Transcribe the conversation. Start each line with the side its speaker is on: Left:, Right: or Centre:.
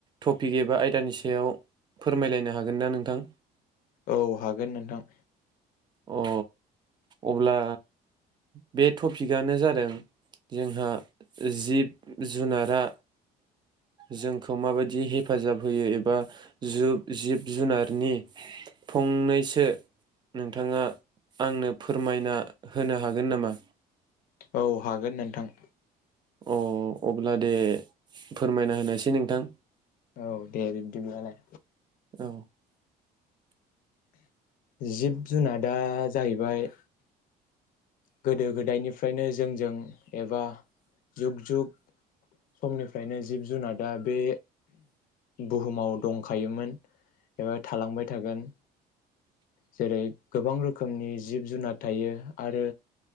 Right: टपिक एबा आयदानि सायाव फोरमायलायनो हागोन ना नोंथां?
Left: औ हागोन नोनथां।
Right: अ अब्ला बे टपिकआनो जादों जोंहा जिब जुनारा जोंखौ माबायदि हेफाजाब होयो एबा जुब जिब जुनारनि फंनैसो नोंथाङा आंनो फोरमायना होनो हागोन नामा?
Left: औ हागोन नोनथां।
Right: अ अब्ला दे फोरमायना होनोसै नोंथां।
Left: औ दे बिब्दिब्लालाय
Right: औ
Left: जिब जुनादा जाहैबाय गोदो गोदायनिफ्रायनो जोंजों एबा जुग जुग समनिफ्रायनो जिब जुनादा बे बुहुमाव दंखायोमोन। एबा थालांबाय थागोन। जेरै गोबां रोखोमनि जिब जुनाद थायो आरो